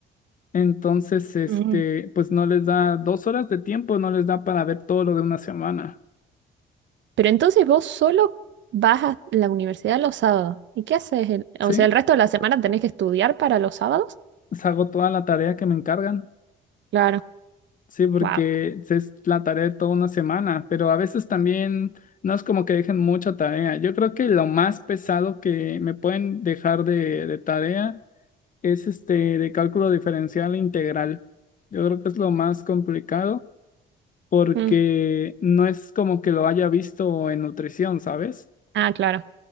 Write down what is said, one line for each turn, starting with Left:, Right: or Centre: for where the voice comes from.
Left: Entonces, este,
Right: Mm.
Left: pues no les da dos horas de tiempo, no les da para ver todo lo de una semana.
Right: Pero entonces vos solo vas a la universidad los sábados. ¿Y qué haces? el-
Left: Sí,
Right: o sea, el resto de la semana tenés que estudiar para los sábados.
Left: pues hago toda la tarea que me encargan.
Right: Claro.
Left: Sí, porque
Right: Wow.
Left: es la tarea de toda una semana, pero a veces también no es como que dejen mucha tarea. Yo creo que lo más pesado que me pueden dejar de, de tarea es este de cálculo diferencial e integral. Yo creo que es lo más complicado porque
Right: Mm.
Left: no es como que lo haya visto en nutrición, ¿sabes?
Right: Ah, claro,